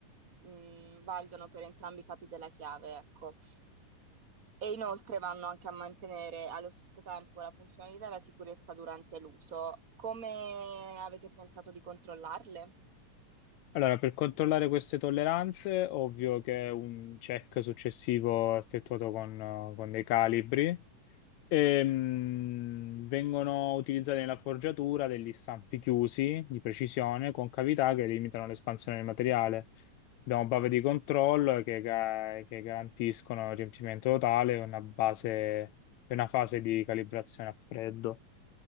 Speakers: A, on the right (about 25°); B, on the left (about 70°).
A: mh, valgono per entrambi i capi della chiave, ecco. E inoltre vanno anche a mantenere allo stesso tempo la funzionalità e la sicurezza durante l'uso. Come avete pensato di controllarle?
B: Allora, per controllare queste tolleranze, ovvio che un check successivo è effettuato con, eh, con dei calibri. Ehm, vengono utilizzati nella forgiatura degli stampi chiusi di precisione con cavità che limitano l'espansione del materiale. Abbiamo bave di controllo che, ga- che garantiscono il riempimento totale e una base, e una fase di calibrazione a freddo.